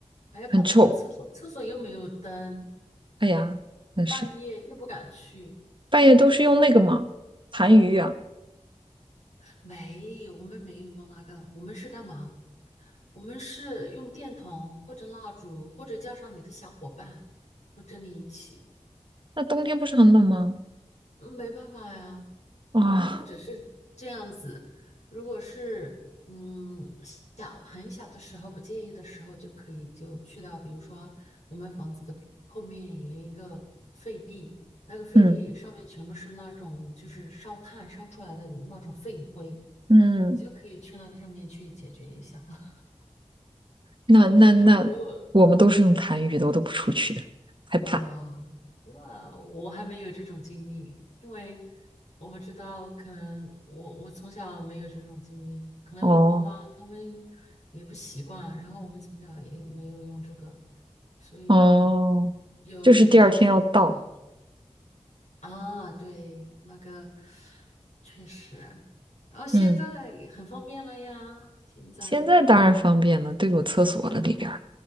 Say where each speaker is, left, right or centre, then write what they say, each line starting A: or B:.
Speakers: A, on the left; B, on the right.
A: 还要跑到那个厕所，
B: 很臭，
A: 厕所又没有灯，
B: 哎呀，那是
A: 半夜又不敢去。
B: 半夜都是用那个嘛，痰盂啊，
A: 没有，我们没有用那个，我们是干嘛？我们是用电筒或者蜡烛，或者叫上你的小伙伴，和着你一起。
B: 那冬天不是很冷吗？
A: 嗯没办法呀。
B: 啊、
A: 或者是这样子，如果是嗯小很小的时候不介意的时候，就可以就去到，比如说我们房子的后面有一个废地，那个废地上面全部是那种就是烧炭烧出来的那种废灰，
B: 嗯嗯，
A: 你就可以去那个上面去解决一下。<laughs>
B: 那那那我们都是用痰盂的，
A: 然后如果
B: 我都不出去的，害怕。
A: 哇，那我还没有这种经历，因为我不知道，可能我我从小没有这种经历，可能我爸妈他们也不习惯，
B: 哦
A: 然后我们从小也没有用这个，所以
B: 哦，
A: 有有当务之急
B: 就是第二天要到，
A: 啊，对，那个确实，然后现在很方便了呀，
B: 嗯，
A: 现在
B: 现在当然方便了，都有厕所了里边。